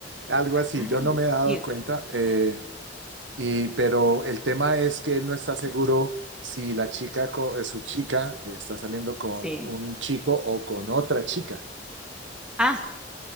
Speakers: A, on the right (about 70°); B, in the centre.
A: Algo así,
B: ay.
A: yo no me he dado
B: Y,
A: cuenta, eh, y, pero el tema es que él no está seguro si la chica, co- eh, su chica, eh, está saliendo con
B: sí.
A: un chico o con otra chica.
B: Ah,